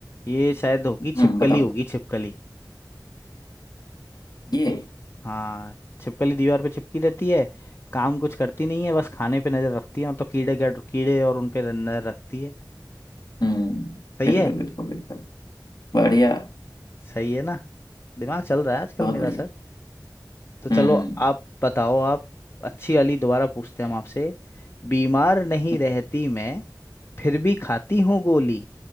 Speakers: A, on the left; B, on the left.
A: ये शायद होगी छिपकली
B: हम्म बताओ
A: होगी छिपकली
B: ये
A: हाँ छिपकली दीवार पे चिपकी रहती है काम कुछ करती नहीं है बस खाने पे नजर रखती है मतलब कीड़े क्या कीड़े और उन पे नजर रखती है
B: हम्म
A: सही
B: बिल्कुल
A: है
B: बिल्कुल बिल्कुल बढ़िया
A: सही है ना दिमाग चल रहा है आजकल
B: बहुत
A: मेरा
B: बढ़िया
A: सर तो चलो
B: हम्म हम्म,
A: आप बताओ आप अच्छी वाली दोबारा पूछते हैं हम आपसे बीमार नहीं
B: हम्म,
A: रहती मैं फिर भी खाती हूँ गोली